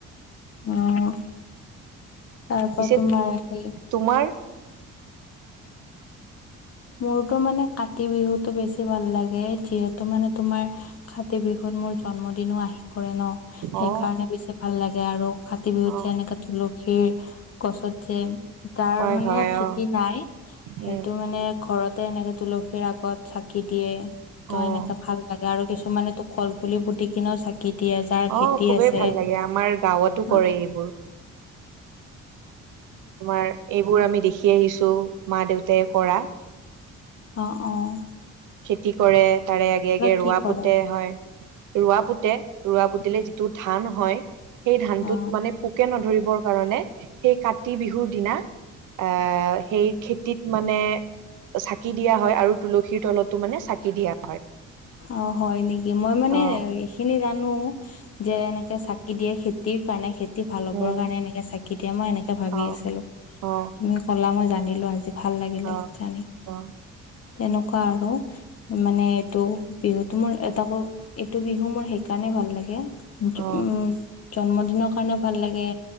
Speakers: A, on the left; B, on the right.
A: অঁ তাৰপা
B: পিছে
A: তোমাৰ সেই-
B: তোমাৰ-
A: মোৰতো মানে কাতি বিহুতো বেছি ভাল লাগে, যিহেতু মানে তোমাৰ- কাতি বিহুত মোৰ জন্মদিনো আহি পৰে ন, সেইকাৰণে
B: অ
A: বেছি ভাল লাগে আৰু। কাতি বিহুত
B: অ
A: যে এনেকা তুলসীৰ- গছত যে যাৰ
B: হয়
A: মানে
B: হয়
A: খেতি
B: অ
A: নাই, সেইটো
B: উম
A: মানে- ঘৰতে এনেকে তুলসীৰ আগত চাকি দিয়ে ত
B: অ
A: এনেকে ভাল লাগে। গে আৰু কিছুমানে তো কল পুলি পুতি কিনেও চাকি- দিয়ে যাৰ
B: অ
A: খেতি
B: খুবেই
A: আছে।
B: ভাল লাগে আমাৰ গাঁৱতো কৰে
A: অঁ।
B: এইবোৰ তোমাৰ এইবোৰ আমি দেখি আহিছো মা দেউতাই কৰা।
A: অঁ অঁ।
B: খেতি কৰে তাৰে আগে আগে
A: কি
B: ৰোৱা
A: কৰে
B: পোতে হয়। ৰোৱা পোতে ৰোৱা পুতিলে যিটো ধান হয়, সেই ধানটোত
A: অ
B: মানে- পোকে নধৰিবৰ কাৰণে সেই কাতি বিহুৰ দিনা- এ সেই খেতিত মানে চাকি দিয়া হয় আৰু তুল- খীৰ তলতো মানে চাকি দিয়া হয়।
A: অঁ হয় নেকি? মই মানে-
B: অ
A: সেখিনি জানো, যে এনেকে চাকি দিয়ে খেতিৰ কাৰণে খেত- তি ভাল হ'বৰ
B: উম
A: কাৰণে এনেকে চাকি দিয়ে, মই এনেকে ভাবি
B: অ
A: আছিলো।
B: অ
A: তুমি কলা মই জানিলো আজি ভাল লাগিলে
B: অ
A: জানি।
B: অ
A: তেনেকুৱা আৰু মানে, এইটো বিহুটো মোৰ তাকো- এইটো বিহু মোৰ সেইকাৰণে ভাল লাগে, উম
B: অ
A: জন্মদিনৰ কাৰণেও ভাল লাগে-